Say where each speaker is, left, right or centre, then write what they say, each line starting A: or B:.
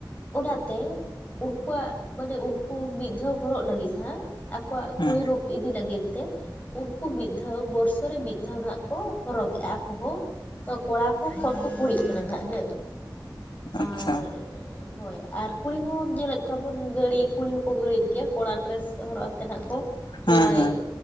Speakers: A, on the left (about 20°); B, on the left (about 85°).
A: ᱚᱱᱟᱛᱮ ᱩᱱᱠᱩᱣᱟᱜ ᱢᱟᱱᱮ ᱩᱱᱠᱩ ᱢᱤᱫ ᱫᱷᱟᱣ ᱦᱚᱨᱚᱜ ᱞᱟᱹᱜᱤᱫ ᱦᱟᱜ ᱟᱠᱚᱣᱟᱜ
B: ᱦᱮᱸ
A: ᱠᱩᱲᱤ ᱨᱩᱯ ᱤᱫᱤ ᱞᱟᱹᱜᱤᱫ ᱛᱮ ᱩᱱᱠᱩ ᱢᱤᱫ ᱫᱷᱟᱣ ᱵᱚᱨᱥᱚ ᱨᱮ ᱢᱤᱫ ᱫᱷᱟᱣ ᱱᱟᱜ ᱠᱚ ᱦᱚᱨᱚᱜᱮᱜ-ᱟ ᱟᱠᱚ ᱦᱚᱸ᱾ ᱛᱚ ᱠᱚᱲᱟ ᱠᱚ ᱠᱷᱚᱱ ᱠᱚ ᱠᱩᱲᱤᱜ ᱠᱟᱱᱟ ᱦᱟᱸᱜ ᱦᱮᱸ
B: ᱟᱪᱪᱷᱟ
A: ᱟᱨ ᱦᱳᱭ ᱟᱨ ᱠᱩᱲᱤ ᱦᱚᱸ ᱧᱮᱞᱮᱫ ᱠᱚᱣᱟ ᱵᱚᱱ ᱜᱟᱹᱲᱤ ᱠᱩᱲᱤ ᱦᱚᱸᱠᱚ ᱜᱟᱹᱲᱤᱫ ᱜᱮᱭᱟ ᱠᱚᱲᱟ ᱰᱨᱮᱥ ᱦᱚᱨᱚᱜ ᱟᱛᱮᱫ ᱱᱟᱦᱟᱜ ᱠᱚ ᱠᱚᱨᱟᱭ
B: ᱦᱮᱸ ᱦᱮᱸ